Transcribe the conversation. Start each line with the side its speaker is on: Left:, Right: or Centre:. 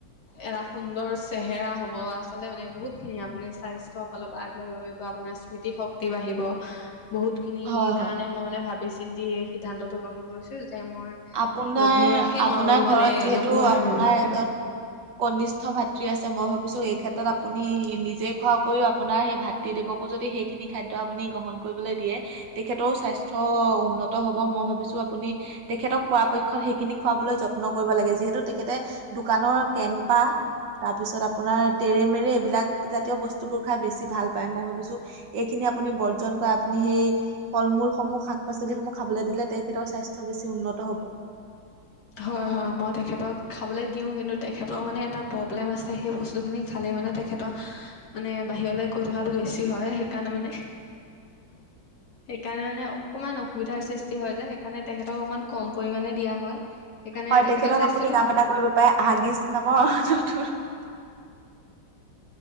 Left: এঢ়া সুন্দৰ চেহেৰা হ'ব আচলতে মানে বহুতখিনি আপুনি স্বাস্থ্য অলপ আগবাঢ়িব পাৰিব আপোনাৰ স্মৃতি শক্তি তি বাঢ়িব বহুতখিনি
Right: হয় হয়
Left: কাৰণে মই মানে ভাবি চিন্তি সিদ্ধান্তটো গ্ৰহণ কৰিছো যে মই
Right: আপোনাৰ
Left: লঘু ৰাখিম
Right: আপোনাৰ
Left: আৰু
Right: ঘৰত
Left: মানে
Right: যিহেতু
Left: লঘু আহাৰ
Right: আপোনাৰ
Left: ব্যৱহাৰ কৰিম
Right: এজন কনিষ্ঠ ভাতৃ আছে মই ভাবিছো এই ক্ষেত্ৰত আপুনি নিজে খোৱাৰ উপৰিও আপোনাৰ সেই ভাত তি দেৱকো যদি সেইখিনি খাদ্য আপুনি গ্ৰহণ কৰিবলৈ দিয়ে। তেখেতৰ স্বাস্থ্য উন্নত হ'ব মই ভাবিছো আপুনি তেখেতক পৰাপক্ষত সেইখিনি খুৱাবলৈ যত্ন কৰিব লাগে। যিহেতু তেখেতে দোকানৰ কেম্পা তাৰ পিছত আপোনাৰ তেৰেমেৰে এইবিলাক জাতীয় বস্তুবোৰ খাই বেছি ভাল পায়। মই ভাবিছো এইখিনি আপুনি বৰ্জন কৰে আপুনি সেই ফল মূল সমূহ শাক পাচলিসমূহ খাবলৈ দিলে তেখেতৰ স্বাস্থ্য বেছি উন্নত হ'ব।
Left: হয়, হয় মই তেখেতক খাবলৈ দিওঁ। কিন্তু তেখেতৰ মানে এটা প্ৰব্লেম আছে সেই বস্তুখিনি খালে মানে তেখে তেখেত মানে বাহিৰলৈ গৈ থকাটো বেছি হয়। সেইকাৰণে মানে
Right: <inaudible>
Left: সেইকাৰণে মানে অকনমান অসুবিধাৰ সৃষ্টি হয় যে সেইকাৰণে তেখেতক অকমান কম পৰিমানে দিয়া হয়। সেইকাৰণে
Right: হয়,
Left: তেখেতৰ
Right: তেখেতক
Left: স্বাস্থ্যটো
Right: আপুনি কাম এটা কৰিব পাৰে হাগিছ নামৰ <unintelligible>